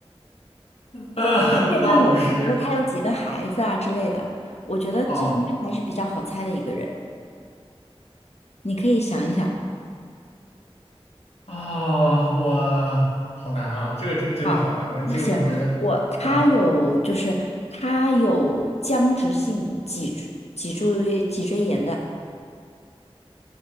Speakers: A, on the left; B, on the left.
A: 呃，<laughs>
B: 别问我，
A: 不到五十。
B: 就比如说他有几个孩子啊之类的，我觉得这应该还是比较好猜的一个人。
A: 哦
B: 你可以想一想，
A: 啊，我好难啊，这个真真的好难，
B: 好，
A: 我觉得这个比国家
B: 那行，我他有就是他有僵直性脊柱脊柱脊椎炎的，
A: 啊，